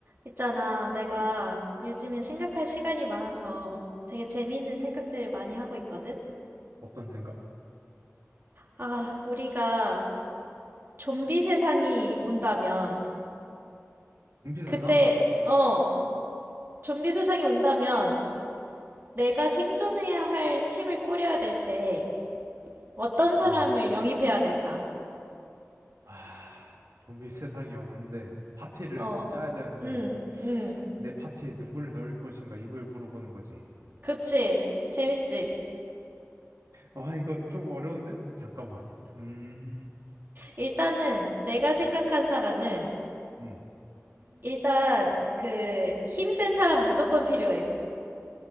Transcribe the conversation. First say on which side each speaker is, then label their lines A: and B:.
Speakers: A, on the right; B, on the right.
A: 있잖아, 내가 요즘에 생각할 시간이 많아서 되게 재미있는 생각들을 많이 하고 있거든?
B: 어떤 생각?
A: 아, 우리가 좀비 세상이 온다면,
B: 좀비 세상?
A: 그때, 어, 좀비 세상이 온다면 내가 생존해야 할 팀을 꾸려야 될 때 어떤 사람을
B: 어,
A: 영입해야 될까?
B: 아, 좀비 세상이 오는데 파티를
A: 어,
B: 짜야 되는데
A: 응, 응,
B: 내 파티에 누굴 넣을 것인가 이걸 물어보는 거지.
A: 그치. 재밌지?
B: 아, 아, 이거 좀 어려운데? 잠깐만. 음,
A: 일단은 내가 생각한
B: 음,
A: 사람은
B: 음.
A: 일단 그 힘센 사람 무조건 필요해.